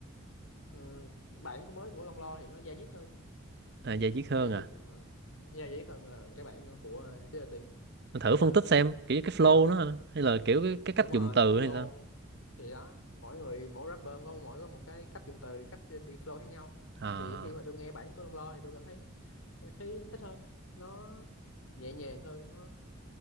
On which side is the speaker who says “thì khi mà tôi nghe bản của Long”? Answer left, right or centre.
Left